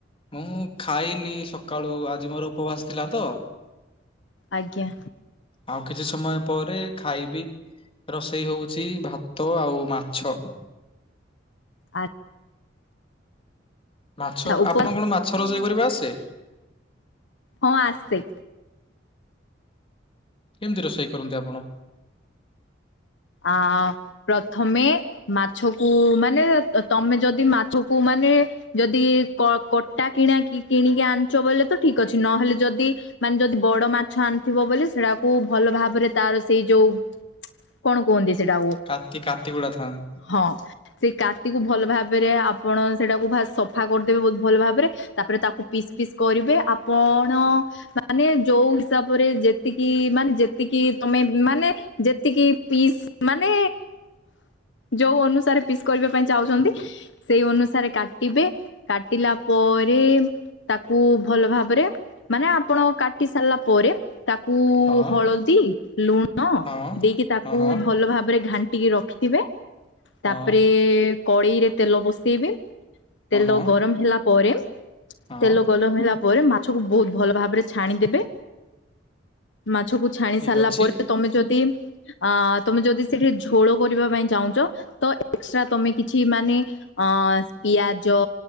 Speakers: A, on the left (about 30°); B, on the left (about 75°).
A: ମୁଁ ଖାଇନି ସକାଳୁ ଆଜି ମୋର ଉପବାସ ଥିଲା ତ।
B: ଆଜ୍ଞା।
A: ଆଉ କିଛି ସମୟ ପରେ ଖାଇବି। ରୋଷେଇ ହଉଛି ଭାତ ଆଉ ମାଛ।
B: ଆଜ୍
A: ମାଛ
B: ଆଚ୍ଛା ଉପବାସ
A: ଆପଣ କଣ ମାଛ ରୋଷେଇ କରିବା ଆସେ।
B: ହଁ ଆସେ।
A: କେମିତି ରୋଷେଇ କରନ୍ତି ଆପଣ?
B: ଆ ପ୍ରଥମେ ମାଛକୁ ମାନେ ତମେ ଯଦି ମାଛକୁ ମାନେ ଯଦି କଟା କିଣା କିଣିକି ଆଣିଛ ବୋଇଲେ ତ ଠିକ୍ ଅଛି। ନହେଲେ ଯଦି ମାନେ ଯଦି ବଡ ମାଛ ଆଣିଥିବ ବୋଲି ସେଟାକୁ ଭଲ ଭାବରେ ତାର ସେଇ ଯୋଉ କଣ କୁହନ୍ତି ସେଇଟାକୁ?
A: କାତି କାତିଗୁଡା ଥାନ୍
B: ହଁ ସେଇ କାତିକୁ ଭଲ ଭାବରେ ଆପଣ ସେଇଟାକୁ ଫାସ ସଫା କରିଦେବେ ବହୁତ ଭଲ ଭାବରେ। ତାପରେ ତାକୁ ପିସ୍ ପିସ୍ କରିବେ ଆପଣ। ମାନେ ଯୋଉ ହିସାବରେ ଯେତିକି ମାନେ ଯେତିକି ତମେ ମାନେ ଯେତିକି ପିସ୍ ମାନେ ଯୋଉ ଅନୁସାରେ ପିସ୍ କରିବା ପାଇଁ ଚାହୁଁଚନ୍ତି। ସେଇ ଅନୁସାରେ କାଟିବେ କାଟିଲା ପଅରେ ତାକୁ ଭଲ ଭାବରେ ମାନେ ଆପଣ କାଟି ସାରିଲା ପରେ ତାକୁ
A: ହଁ
B: ହଳଦୀ ଲୁଣ
A: ହଁ
B: ଦେଇକି ତାକୁ
A: ହଁ ହଁ
B: ଭଲ ଭାବରେ ଘାଣ୍ଟିକି ରଖିଥିବେ
A: ହଁ
B: ତାପରେ କଡ଼େଇରେ ତେଲ ବସେଇବେ
A: ହଁ
B: ତେଲ
A: ହଁ
B: ଗରମ ହେଲା ପରେ
A: ହଁ
B: ତେଲ ଗଲମ ହେଲା ପରେ ମା ଛକୁ ବହୁତ ଭଲ ଭାବରେ ଛାଣିଦେବେ। ମାଛକୁ ଛାଣି
A: ଠିକ
B: ସାରିଲା
A: ଅଛି
B: ପରେ ତମେ ଯଦି ଅ ତମେ ଯଦି ସେଠି ଝୋଳ କରିବା ପାଇଁ ଚାହୁଁଛ ତ ଏକ୍ସଟ୍ରା ତମେ କିଛି ମାନେ ହଁ ପିଆଜ